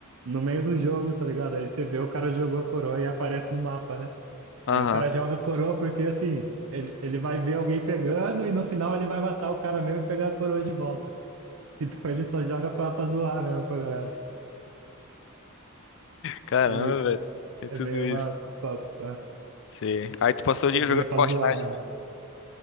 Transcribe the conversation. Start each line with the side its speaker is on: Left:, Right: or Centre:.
Right: no meio do jogo, tá ligado? Aí você vê o cara jogou a coroa e aparece no mapa, né?
Left: Aham.
Right: Aí o cara joga a coroa porque assim, ele, ele vai ver alguém pegando e no final ele vai matar o cara mesmo e pegar a coroa de volta. <laughs> Então ele só joga pra, pra zoar mesmo com a galera.
Left: Caramba,
Right: É meio,
Left: velho. É
Right: é
Left: tudo
Right: meio
Left: isso.
Right: uma, uma, uma
Left: Sim. Aí tu passou
Right: esqueminha
Left: o dia jogando
Right: pra
Left: Fortnite.
Right: zoar mesmo.
Left: né?